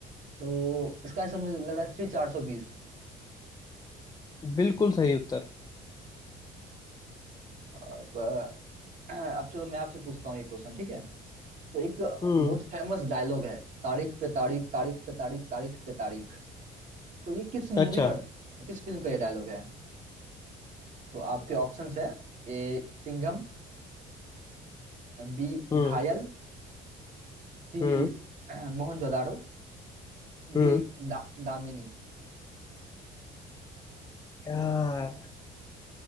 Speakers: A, on the right; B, on the left.
A: तो इसका आंसर मुझे लग रहा है श्री चार सौ बीस
B: बिल्कुल सही उत्तर
A: अब अ, अब चलो मैं आपसे पूछता हूँ ये क्वेश्चन ठीक है तो एक बहुत
B: हम्म
A: फेमस डायलॉग है तारीख पे तारीख तारीख पे तारीख तारीख पे तारीख तो ये किस मूवी
B: अच्छा
A: का किस फिल्म का ये डायलॉग है तो आपके ऑप्शंस है A Singham B
B: हम्म
A: Ghayal C
B: हम्म
A: Mohenjodaro
B: हम्म
A: D दा, दामिनी
B: यार